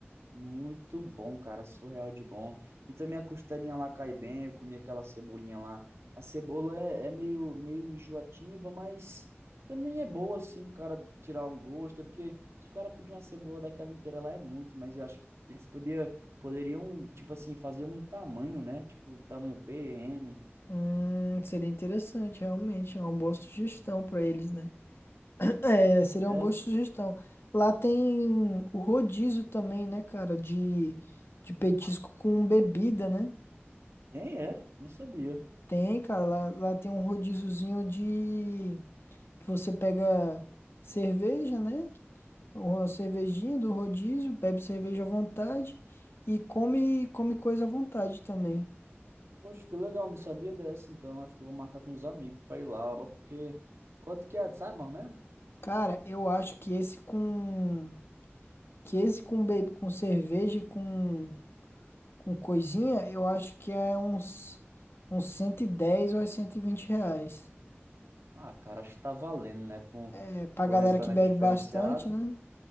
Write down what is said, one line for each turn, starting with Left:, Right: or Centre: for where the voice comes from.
Right: Muito bom, cara, surreal de bom. E também a costelinha lá cai bem, eu comi aquela cebolinha lá. A cebola é, é meio, meio enjoativa, mas também é boa, assim, pro cara tirar um gosto. É porque se o cara pedir uma cebola daquela inteira lá é muito, mas eu acho que eles podia, poderiam, tipo assim, fazer um tamanho, né? Tipo, tamanho PM.
Left: Hum, seria interessante, realmente. É uma boa sugestão pra eles, né? É, seria
Right: É,
Left: uma boa sugestão. Lá tem o rodízio também, né, cara, de, de petisco com bebida, né?
Right: tem, é, não sabia.
Left: Tem, cara, lá, lá tem um rodíziozinho de que você pega cerveja, né? Ou A cervejinha do rodízio, bebe cerveja à vontade e come come coisa à vontade também.
Right: Poxa, que legal, não sabia dessa, então. Acho que eu vou marcar com os amigos pra ir lá, ó, porque quanto que é, sabe, mais ou menos?
Left: Cara, eu acho que esse com que esse com be- com cerveja e com Com coisinha, eu acho que é uns, uns 110 ou é 120 reais.
Right: Ah, cara, acho que tá valendo, né? Pra um,
Left: É, pra
Right: pra
Left: galera
Right: um restaurante
Left: que bebe
Right: diferenciado.
Left: bastante, né?